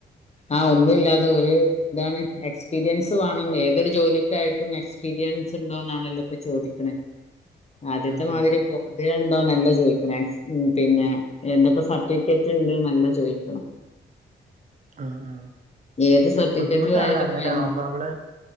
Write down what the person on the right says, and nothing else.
ആഹ്
ആഹ ആഹ
ബുദ്ധിമുട്ടാണ് അങ്ങനെ
ആകുമ്പോ നമ്മള്